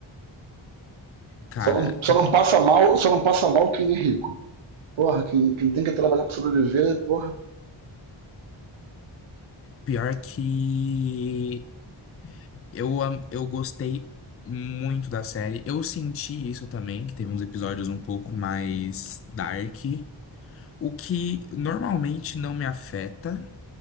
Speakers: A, on the left (about 30°); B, on the right (about 75°).
A: Cara,
B: Só não, só
A: tem-
B: não passa mal, só não passa mal quem é rico. Porra, quem, quem tem que trabalhar para sobreviver, porra,
A: pior que eu, am- eu gostei muito da série. Eu senti isso também, que teve uns episódios um pouco mais dark, o que normalmente não me afeta.